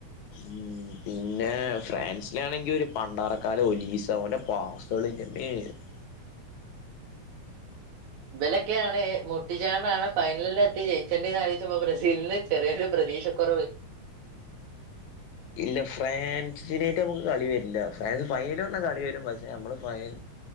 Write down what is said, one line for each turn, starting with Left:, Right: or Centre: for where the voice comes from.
Left: ഉം പിന്നെ ഫ്രാൻസിലാണെങ്കി ഒരു പണ്ടാറക്കാലം ഒലീസ അവന്റെ <unintelligible>
Right: ഇവനൊക്കെയാണ് മുട്ടിചാണ്ടാണ് ഫൈനലിൽ എത്തി ജയിച്ചണ്ടേന്ന് ആലോചിച്ച് ബ്രസീലിന് ചെറിയൊരു പ്രതീക്ഷക്കുറവ്
Left: ഇല്ല ഫ്രാൻസിനാട്ട് നമുക്ക് കളി വരില്ല ഫ്രാൻസ് ഫൈനൽ വന്നാൽ കളി വരും പക്ഷെ നമ്മളെ ഫൈനൽ